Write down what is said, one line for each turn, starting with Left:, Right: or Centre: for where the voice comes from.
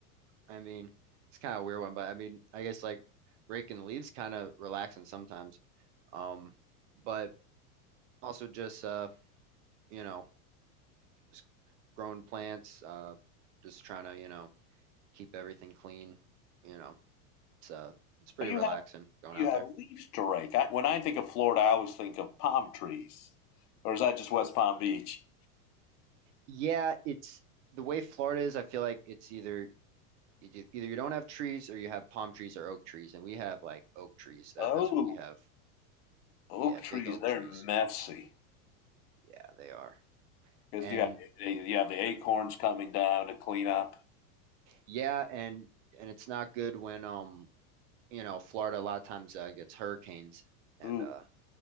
Right: I mean it's kind of a weird one, but I mean, I guess like raking the leaves kind of relaxing sometimes. Um, but also just uh, you know, just growing plants. Uh, just trying to you know keep everything clean. You know, it's uh it's pretty
Left: so you
Right: relaxing
Left: have
Right: going
Left: you
Right: out
Left: have
Right: there.
Left: leaves to rake. I, when I think of Florida, I always think of palm trees, or is that just West Palm Beach?
Right: yeah, it's the way Florida is. I feel like it's either e- e-, either you don't have trees or you have palm trees or oak trees, and we have like oak trees.
Left: Oh,
Right: That, that's what we have.
Left: oak
Right: Yeah, big
Left: trees,
Right: oak
Left: they're
Right: trees.
Left: messy
Right: Yeah, they are.
Left: because
Right: And
Left: you have you have the acorns coming down to clean up.
Right: yeah, and and it's not good when um you know Florida a lot of times uh, gets hurricanes, and
Left: Ooh.
Right: uh